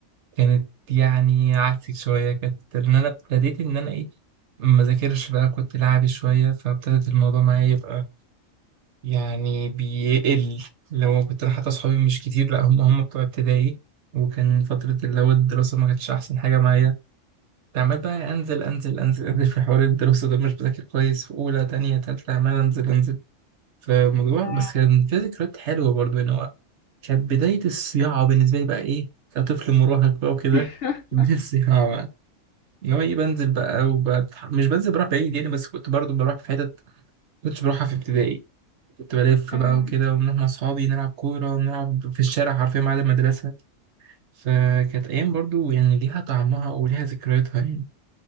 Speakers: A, on the right; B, on the left.
A: كانت يعني عكسك شوية كانت إن أنا ابتديت إن أنا إيه ما ذاكرش بقى كنت لعبي شوية فابتدت الموضوع معايا يبقى يعني بيقل لو كنت أنا حتى أصحابي مش كتير لأ هم هم بتوع ابتدائي وكان فترة اللي هو الدراسة ما كانتش أحسن حاجة معايا كنت عمال بقى أنزل أنزل أنزل أنزل في حوار الدراسة ده مش بذاكر كويس في أولى تانية تالتة عمال أنزل أنزل في الموضوع
B: آه.
A: بس كان في ذكريات حلوة برضه هنا كانت بداية الصياعة بالنسبة لي بقى إيه كطفل مراهق بقى وكده
B: <laughs>
A: بداية الصياعة بقى إن هو إيه بنزل بقى وبت... مش بنزل بروح بعيد يعني بس كنت برضو بروح في حتت كنتش بروحها في ابتدائي كنت بلف
B: آه.
A: بقى وكده وبنروح مع أصحابي نلعب كورة ونلعب في الشارع حرفيا بعد المدرسة فكانت أيام برضو يعني ليها طعمها وليها ذكرياتها يعني